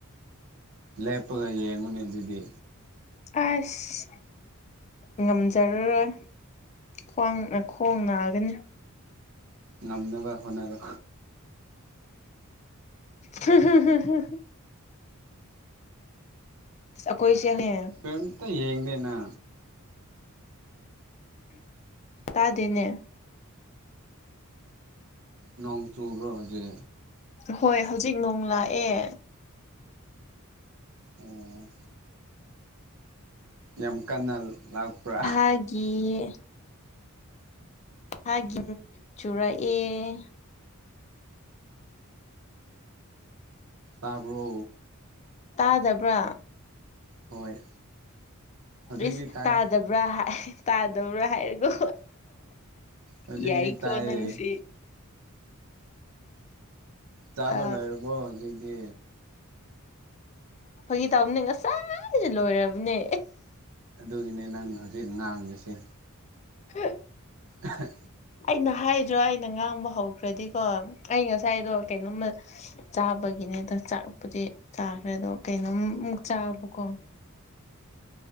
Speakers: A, on the right (about 70°); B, on the left (about 30°).
A: ꯂꯦꯞꯄꯒ ꯌꯦꯡꯉꯨꯅꯦ ꯑꯗꯨꯗꯤ
B: ꯑꯁ ꯉꯝꯖꯔꯔꯣꯏ ꯈ꯭ꯋꯥꯡ ꯈꯣꯡ ꯅꯥꯒꯅꯤ
A: ꯉꯝꯅꯕ ꯍꯣꯠꯅꯔ
B: ꯍ ꯍ ꯍ ꯑꯈꯣꯏꯁꯤꯦ ꯍꯥꯏꯦ
A: ꯄꯦꯟꯇ ꯌꯦꯡꯅꯦꯅ
B: ꯑꯇꯥꯗꯤꯅꯦ
A: ꯅꯣꯡ ꯆꯨꯔꯔꯕꯣꯖꯤꯦ
B: ꯍꯣꯏ ꯍꯧꯖꯤꯛ ꯅꯣꯡ ꯂꯥꯛꯑꯦ
A: ꯎ ꯌꯥꯝ ꯀꯟꯅ ꯂꯥꯛꯄ꯭ꯔꯥ
B: ꯍꯥꯏꯦ ꯍꯥꯏ ꯆꯨꯔ ꯑꯦ
A: ꯇꯥꯕ꯭ꯔꯣ
B: ꯇꯥꯗꯕ꯭ꯔꯥ
A: ꯍꯣꯏ ꯍꯧꯖꯤꯛꯇꯤ
B: ꯏꯁꯁ
A: ꯇꯥꯏ
B: ꯇꯥꯗꯕ꯭ꯔꯥ ꯇꯥꯗꯕ꯭ꯔꯥ ꯍꯥꯏꯔꯦꯀꯣ
A: ꯍꯧꯖꯤꯛꯇꯤ
B: ꯌꯥꯏ ꯀꯣ
A: ꯇꯥꯏꯌꯦ
B: ꯅꯪꯁꯤ
A: ꯆꯥꯕ
B: ꯑ
A: ꯂꯩꯣꯏꯔꯕꯣ ꯍꯧꯖꯤꯛꯇꯤ
B: ꯐꯥꯒꯤ ꯇꯥꯕꯅꯦ ꯉꯁꯥꯏꯁꯨ ꯂꯣꯏꯔꯕꯅꯦ
A: ꯑꯗꯨꯒꯤꯅꯦ ꯅꯪ ꯍꯧꯖꯤꯛ ꯉꯥꯡꯉꯁꯤ
B: ꯍ
A: ꯍ
B: ꯑꯩꯅ ꯍꯥꯏꯗ꯭ꯔꯣ ꯑꯩꯅ ꯉꯥꯡꯕ ꯍꯧꯈ꯭ꯔꯗꯤꯀꯣ ꯑꯩ ꯉꯁꯥꯏꯗꯣ ꯀꯩꯅꯣꯝꯃ ꯆꯥꯕꯒꯤꯅꯦ ꯑꯗꯣ ꯆꯥꯛꯄꯨꯗꯤ ꯆꯥꯈ꯭ꯔꯦ ꯑꯗꯣ ꯀꯩꯅꯣꯝꯃꯨꯛ ꯆꯥꯕꯀꯣ